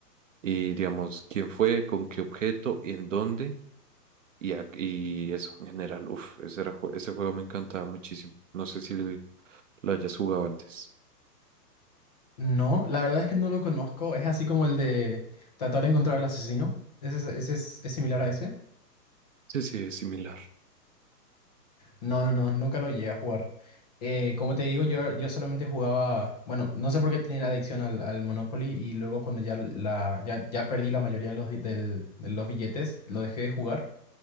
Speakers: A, on the right; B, on the left.
A: y digamos quién fue, con qué objeto, en dónde y, a- y eso en general, uff, ese era, jue- ese juego me encantaba muchísimo, no sé si lo hayas jugado antes.
B: No, la verdad es que no lo conozco. Es así como el de tratar de encontrar al asesino. ¿Ese, es, ese es- es similar a ese?
A: Sí, sí, es similar.
B: No, no, no, nunca lo llegué a jugar. Eh, como te digo, yo, yo solamente jugaba, bueno, no sé por qué tenía la adicción al, al Monopoly y luego cuando ya, la, ya, ya perdí la mayoría de los, di- del- de los billetes, lo dejé de jugar